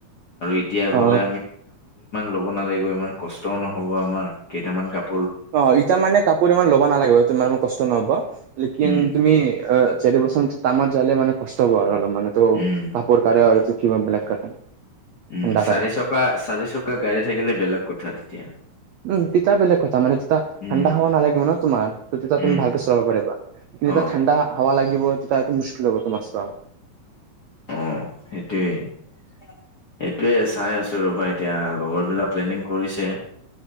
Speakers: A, on the left (about 55°); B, on the right (about 80°).
A: এতিয়া গলে
B: অ
A: ল'ব নালাগিব, ইমান কষ্টওঁ নহ'ব আমাৰ কেইটামান কাপ
B: অঁ এতিয়া মানে কাপোৰ ইমান ল'ব নালাগিব তুমি ম কষ্ট নহব লেকিন
A: উম
B: তুমি চটো প্ৰথম তামাৰ জালে মান কষ্ট হব আৰু অল মানে তো
A: উম
B: কাপোৰ কাৰে আৰু কিবা বেলেগ কাৰে
A: উম
B: ঠাণ্ডা
A: চাৰি
B: কাৰে
A: চকা, চাৰি চকা গাড়ী, থাকিলে বেলেগ কথা তেতিয়া
B: উম তেতিয়া বেলেগ কথা মানে যেতিয়া ঠাণ্ডা
A: উম
B: হাৱা নালাগিব ন তোমাৰ ত তেতিয়া
A: উম
B: তুমি ভালকে চলাব পাৰিবা কিন্তু তেতিয়া
A: অ
B: ঠাণ্ডা হাৱা লাগিব তেতিয়া মুশকিল হব তোমাৰ ছা,
A: অঁ সেইটোৱেই সেইটোৱেই চাই আছো ৰবা এতিয়া লগৰ বিলাক প্লেনিং কৰিছে